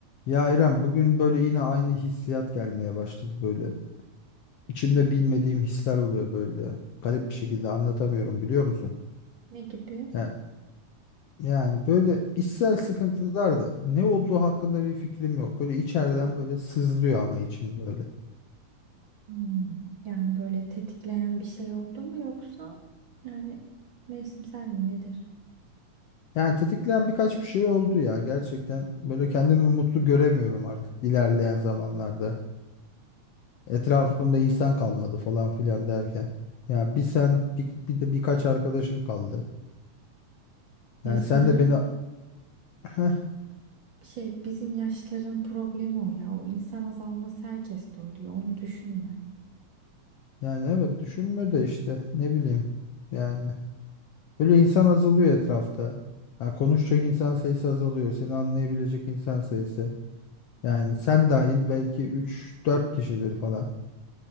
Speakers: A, on the left; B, on the right.
A: Ya İrem bugün böyle yine aynı hissiyat gelmeye başladı böyle. İçimde bilmediğim hisler oluyor böyle. Garip bir şekilde anlatamıyorum biliyor musun?
B: Ne gibi?
A: Ya, yani böyle içsel sıkıntılar da ne olduğu hakkında bir fikrim yok. Böyle içeriden böyle sızlıyor ama içim böyle.
B: Hmm, Yani böyle tetikleyen bir şey oldu mu yoksa yani mevsimsel mi nedir?
A: Yani tetikleyen birkaç bir şey oldu ya. Gerçekten böyle kendimi mutlu göremiyorum artık ilerleyen zamanlarda. Etrafımda insan kalmadı falan filan derken. Ya bir sen bir, bir de birkaç arkadaşım kaldı.
B: Ya
A: Yani
B: sanırım
A: sen de beni <laughs>
B: şey bizim yaşların problemi o ya. O insan azalması herkeste oluyor. Onu düşünme.
A: Yani evet düşünme de işte ne bileyim yani böyle insan azalıyor etrafta. Yani konuşacak insan sayısı azalıyor. Seni anlayabilecek insan sayısı. Yani sen dahil belki üç dört kişidir falan.